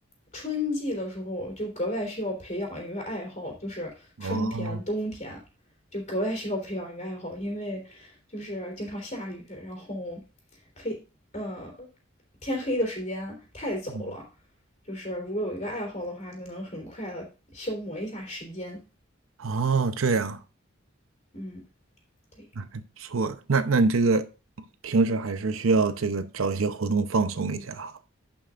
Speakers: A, on the left; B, on the right.
A: 春季的时候就格外需要培养一个爱好，就是春天、
B: 哦，
A: 冬天就格外需要培养一个爱好，因为就是经常下雨，然后黑，嗯，天黑的时间太早了。
B: 嗯，
A: 就是如果有一个爱好的话，就能很快的消磨一下时间。
B: 哦，这样，
A: 嗯，对
B: 不错。那那你这个平时还是需要这个找一些活动放松一下哈。